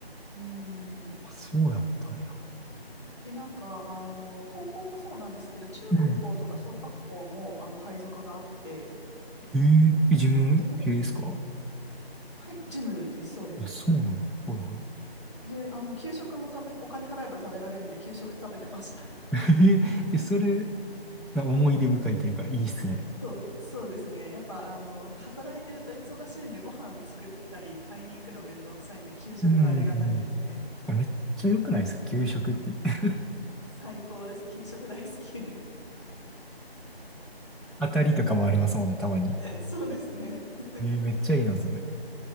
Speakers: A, on the left (about 30°); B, in the centre.
A: うん。
B: あ、そうやったんや。
A: で、なんか、あの、高校もそうなんですけど、中学校とか小学校も、
B: うん。
A: あの、配属があって、
B: えええ、自分、
A: どちら
B: ええですか
A: はい、ジムです、そうです。
B: あ、そうなんや。はいはい。
A: で、あの、給食も食べ、お金払えば食べられるんで、給食食べてました。
B: <laughs> えええ、それ、な思い出深いというか、いいっすね。
A: <laughs> そう、そうですね。やっぱ、あの、働いてると忙しいんで、ご飯作ったり、買いに行くのめんどくさいんで、給食はありがたいですね。
B: うんうんうんめっちゃ良くないですか給食って。<laughs>
A: 最高です。給食大好き。
B: 当たりとかもありますもんね、たまに。
A: <laughs> そうですね。<laughs>
B: えーめっちゃいいな、それ。